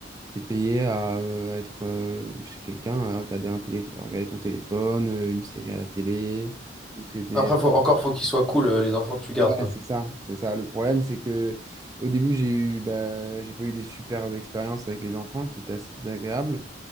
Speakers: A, on the right; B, in the centre.
A: t'es payé à, euh, à être euh, chez quelqu'un, à regarder, un télé- à regarder ton téléphone, euh, une série à la télé. Donc c'était
B: Après, faut, encore, faut qu'ils soient cool, euh, les enfants que tu gardes,
A: Ouais,
B: quoi.
A: c'est ça, c'est ça. Le problème, c'est que au début, j'ai eu, bah, j'ai pas eu des super expériences avec les enfants qui étaient assez désagréables.